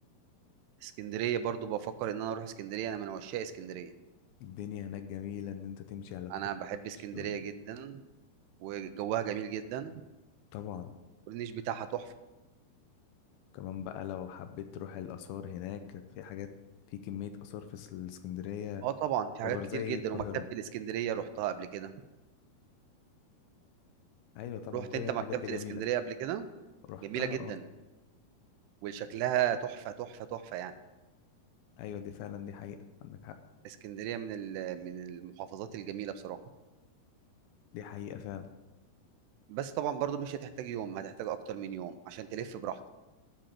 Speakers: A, on the right (about 85°); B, on the left (about 80°).
A: اسكندريه برضو بفكر ان انا اروح اسكندريه انا من عشاق اسكندريه
B: الدنيا هناك جميلة ان انت تمشي على الكورنيش
A: انا بحب اسكندريه
B: و-
A: جدا وجوها جميل جدا
B: طبعا
A: والنيش بتاعها تحفه
B: كمان بقى لو حبيت تروح الاثار هناك في حاجات في كمية آثار في الإسكندرية
A: اه طبعا في
B: تعتبر
A: حاجات كتير
B: زي
A: جدا
B: القاهرة
A: ومكتبه الاسكندريه رحتها قبل كده
B: أيوة طبعا
A: رحت
B: كل
A: انت
B: الحاجات
A: مكتبه
B: دي جميلة
A: الاسكندريه قبل كده
B: رحتها
A: جميله جدا
B: اه
A: وشكلها تحفه تحفه تحفه يعني
B: أيوة دي فعلا دي حقيقة عندك حق
A: اسكندريه من ال- من المحافظات الجميله بصراحه
B: دي حقيقة فعلا
A: بس طبعا برضو مش هتحتاج يوم هتحتاج اكتر من يوم عشان تلف براحتك